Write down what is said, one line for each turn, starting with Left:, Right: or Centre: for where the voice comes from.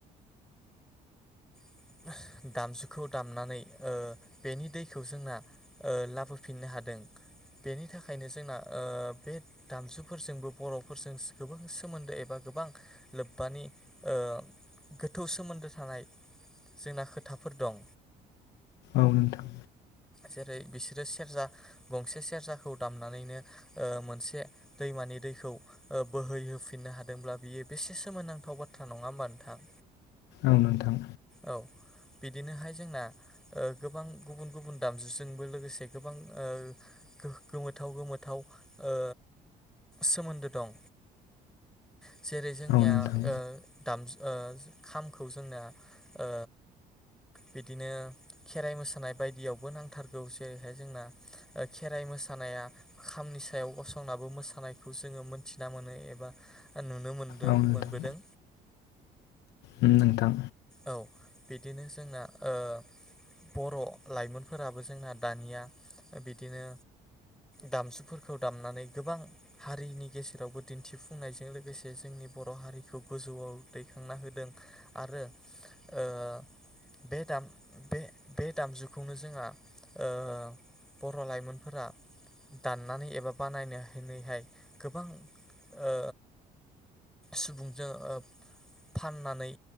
Centre: <unintelligible> दामजुखौ दामनानै ओ बेनि दैखौ जोंना ओ लाबोफिननो हादों बेनि थाखायनो जोंना ओ बे दामजुफोरजोंबो बर'फोरजों गोबां सोमोन्दो एबा गोबां लोब्बानि ओ गोथौ सोमोन्दो थानाय। जोंना खोथाफोर दं
Left: औ नोंथां।
Centre: जेरै बिसोरो सेरजा गंसे सेरजाखौ दामनानैनो ओ मोनसे दैमानि दैखौ ओ बोहैहोफिननो हादोंब्ला बियो बेसे सोमोनांथाव बाथ्रा नङा होमबा नोंथां?
Left: औ नोंथां।
Centre: औ बिदिनोहाय जोंना ओ गोबां गुबुन गुबुन दामजुजोंबो लोगोसे गोबां ओ गो-गोमोथाव गोमोथाव ओ सोमोन्दो दं <inaudible> जेरै जोंनिया
Left: औ नोंथां
Centre: ओ दामजु ओ खामखौ जोंना ओ बिदिनो खेराइ मोसानाय बायदियावबो नांथारगौ जेरैहाय जोंना ओ खेराइ मोसानाया खामनि सायाव गसंनाबो मोसानायखौ जोङो मोनथिना मोनो एबा नुनो मोनदों
Left: औ नोंथां
Centre: मोनबोदों
Left: उम नोंथां
Centre: औ बिदिनो जोंना ओ बर' लाइमोनफोराबो जोंना दानिया बिदिनो दामजुफोरखौ दामनानै गोबां हारिनि गेजेरावबो दिन्थिफुंनायजों लोगोसे जोंनि बर' हारिखौ गोजौआव दैखांना होदों आरो ओ बे दाम बे बे दामजुखौनो जोंहा ओ बर' लाइमोनफोरा दाननानै एबा बानायनानैहाय गोबां ओ सुबुंजों ओ फाननानै